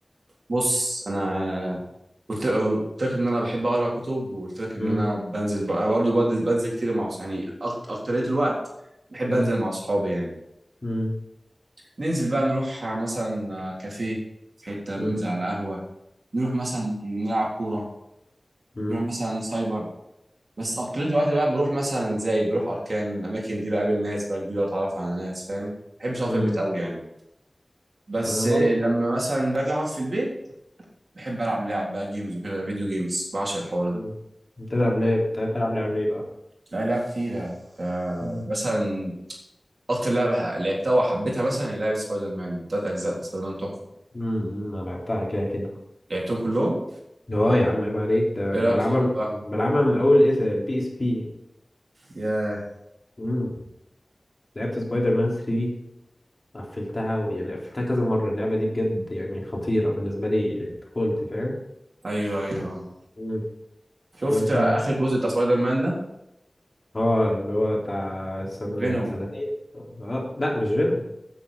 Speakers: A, on the right (about 75°); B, on the left (about 35°).
A: بص انا قلت قلت لك ان انا بحب اقرا كتب وقلت لك ان
B: امم
A: انا بنزل بقى برضه بنزل بنزل كتير مع أص- يعني أكت- اكترية الوقت بحب
B: امم
A: انزل مع اصحابي يعني
B: امم
A: ننزل بقى نروح آه، مثلا آه، كافيه في حتة ننزل
B: امم
A: على قهوة نروح مثلا نلعب كورة
B: امم
A: نروح مثلا سايبر بس اكترية الوقت بقى بروح مثلا زايد بروح اركان الاماكن دي بقابل ناس بقى جديدة اتعرف على ناس فاهم ما بحبش اقعد
B: امم
A: في البيت قوي يعني بس
B: انا بقول
A: آه،
B: لك
A: لما مثلا باجي اقعد في البيت بحب العب لعب بقى جيمز وكده فيديو جيمز بعشق الحوار
B: مم.
A: ده
B: بتلعب لعب بتلعب لعب ايه بقى
A: لا لعب كتيرة آه،
B: مم.
A: مثلا أكتر لعبة لعبتها وحبيتها مثلا هي لعبة سبايدر مان تلات أجزاء سبايدر مان تحفة
B: مم. انا لعبتها كده كده
A: لعبتهم كلهم
B: اه يا عم عيب عليك ده
A: إيه رأيك
B: بلعبها
A: فيهم
B: من...
A: بقى؟
B: بلعبها من اول اس البي اس بي
A: ياه
B: مم. لعبت سبايدر مان 3 قفلتها ويعني قفلتها كذا مرة اللعبة دي بجد يعني خطيرة بالنسبة لي طفولتي فاهم
A: أيوه أيوه آه.
B: مم.
A: شفت
B: وانت
A: آخر جزء بتاع سبايدر مان ده
B: اه اللي هو بتاع سنة من
A: فينوم
B: سنتين اه لا مش فينوم